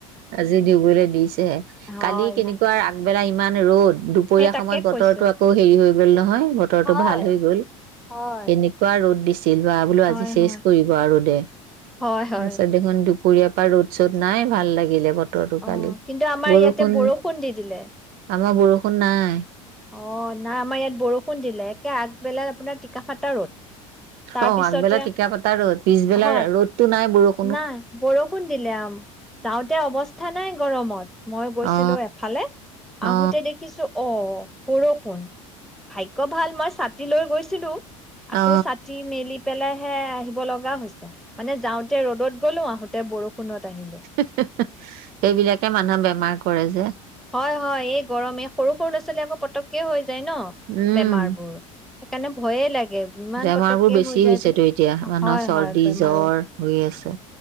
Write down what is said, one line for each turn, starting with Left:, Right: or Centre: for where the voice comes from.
Right: আজি ধুবলৈ দিছে তে
Centre: হয়
Right: কালি কেনেকুৱা
Centre: নাই
Right: আগ বেলাইম ইমান ৰ'দ। দুপৰীয়া
Centre: সেই তাকে
Right: সময়ত বতৰটো
Centre: কৈছো
Right: আকৌ হেৰি হৈ গ ল'লে নহয় বতৰটো
Centre: হয়
Right: ভাল হৈ গ'ল
Centre: হয়
Right: কেনেকুৱা ৰ'দ দিছে। আজি
Centre: হয়
Right: চেছ
Centre: হয়
Right: কৰিব আৰু দে পাছত
Centre: হয় হয়
Right: দেখুন খুৰিয়পা পৰা ৰ'দ চ'দ নাই ভাল লাগিলে বতৰটো
Centre: অ
Right: কালি
Centre: কিন্তু আমাৰ
Right: বৰষুণ
Centre: ইয়াতে বৰষুণ দি দিলে
Right: আমাৰ বৰষুণ নাই।
Centre: অ নাই আমাৰ ইয়াত বৰষুণ দিলে একে আগবেলা আপোনাৰ টিকাফাটা ৰ'দ তাৰপিছতে
Right: অ আগবেলা টিকাফতা ৰ'দ পিছবেলাৰ
Centre: হয়
Right: ৰ'দতো নাই বৰষুণ
Centre: নাই বৰষুণ দিলে যাওঁতে অৱস্থা নাই গৰমত মই গৈছিলো
Right: অ
Centre: এফালে
Right: অ
Centre: আহোতে দেখিছো অ। বৰষুণ ভাগ্য ভাল মই চা চাতিলৈ গৈছিলো আকৌ
Right: অ
Centre: চাতি মেলি। পেলাইহে আহিব লগা হৈছে মানেযে। ৰদত গ'লো আহোতে বৰষুণত। আহিলো
Right: হে হে সেইবিলাকে মানুহে বেমাৰ কৰে যে।
Centre: হয় হয় এই গৰমে সৰু সৰু ল'ৰা ছোৱালী আকৌ পটককে হৈ যায়। যায় ন
Right: উম
Centre: বেমাৰ বোৰ সেইকাৰণে ভয়ে লাগে তাকে ইমান
Right: বেমাৰবোৰ
Centre: পটককে
Right: বেছি
Centre: হই যায়
Right: হৈছেতো
Centre: মানে
Right: এতিয়া মানুহৰ
Centre: হয়
Right: চৰ্দি
Centre: হয় বেমাৰো
Right: জ্বৰ হৈ আছে।